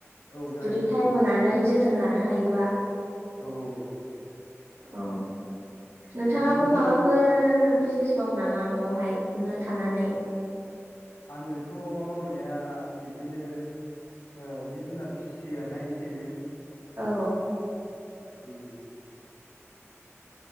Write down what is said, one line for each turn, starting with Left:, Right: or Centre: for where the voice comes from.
Left: औ जागोन
Right: जुदि
Left: जागोन
Right: टाइम होनानै जोथोन लानो हायोबा।
Left: औ औ
Right: औ। नोंथाङाबो
Left: मैखुननि
Right: माबाफोर बिजनेस मावो नामा नआवहायनो थानानै?
Left: आङो थ मावनाया इदिनो ओ जिब जुनार फिसियो आरोना एसे एनै।
Right: औ।
Left: उम।